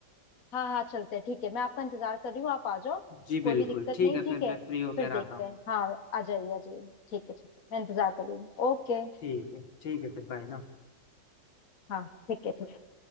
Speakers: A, on the left; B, on the left.
A: हाँ हाँ चलते हैं ठीक है मैं आपका इंतजार कर रही हूँ आप आ जाओ
B: जी
A: कोई
B: बिल्कुल
A: भी दिक्कत
B: ठीक
A: नहीं
B: है
A: ठीक
B: फिर
A: है
B: मैं फ्री होकर
A: फिर देखते
B: आता हूँ
A: हैं हाँ आ जाइए आ जाइए ठीक है ठीक है मैं इंतजार कर रही हूँ ओके
B: ठीक है ठीक है फिर बाय ना
A: हाँ ठीक है ठीक